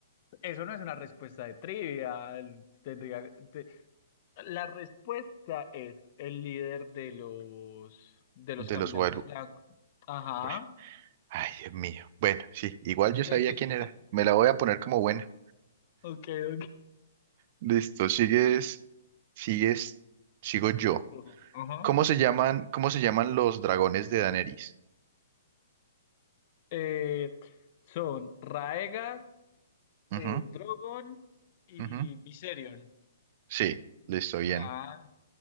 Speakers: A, on the left; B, on the right.
A: eso no es una respuesta de trivia. el- Tendría, te- la respuesta es el líder de los de los
B: de
A: caminantes
B: los Wild...
A: blancos. Ajá.
B: Bueno, Ay, Dios mío. Bueno, sí, igual yo sabía
A: Eh, Sí,
B: quién
A: sí.
B: era. Me la voy a poner como buena.
A: Ok, ok.
B: Listo, sigues, sigues, sigo yo.
A: Sigues tú. Ajá.
B: ¿Cómo se llaman, cómo se llaman los dragones de Daenerys?
A: Eh, son Raegar,
B: Ujú,
A: eh, Drogon. Y
B: ujú.
A: Viserion.
B: Sí, listo, bien.
A: Ah,